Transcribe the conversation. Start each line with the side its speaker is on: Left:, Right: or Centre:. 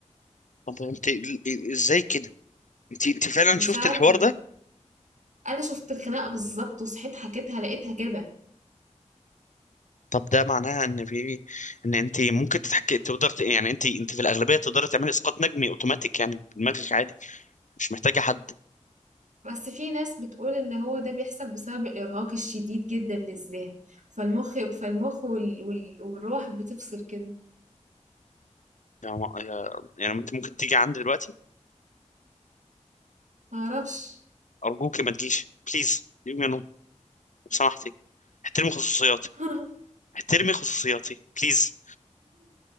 Left: طب انت ازاي كده انت انت فعلا
Right: مش
Left: شفت
Right: عارفه
Left: الحوار ده
Right: انا شفت الخناقه بالظبط وصحيت حكيتها لقيتها كده
Left: طب ده معناها ان في ان انت ممكن تتحكي تقدر ت- يعني انت انت في الاغلبيه تقدري تعملي اسقاط نجمي اوتوماتيك يعني بدماغك عادي مش محتاجه حد
Right: بس في ناس بتقول ان هو ده بيحصل بسبب الارهاق الشديد جدا للذهن فالمخ فالمخ وال... وال... والروح بتفصل كده
Left: يعني يا- يعني انت ممكن تيجي عندي دلوقتي
Right: معرفش
Left: ارجوك ما تجيش بليز يو نو لو سمحتي احترمي خصوصياتي
Right: <laughs>
Left: احترمي خصوصياتي بليز